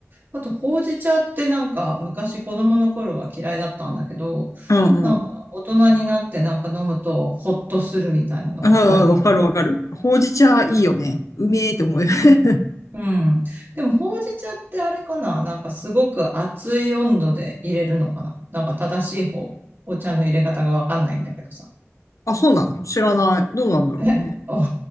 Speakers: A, on the right (about 45°); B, on the left (about 85°).
A: あと、ほうじ茶ってなんか昔子供の頃は嫌いだったんだけど、
B: うんうん。
A: なんか大人になってなんか飲むとホッとするみたいなのがあるかな。
B: うんうん、わかるわかる。ほうじ茶いいよね。うめえって思う。<laughs>
A: うん。でも、ほうじ茶ってあれかななんかすごく熱い温度で入れるのかななんか正しい方、お茶の入れ方がわかんないんだけどさ。
B: あ、そうなの知らない。どうなんだろうね。
A: え、お <laughs> い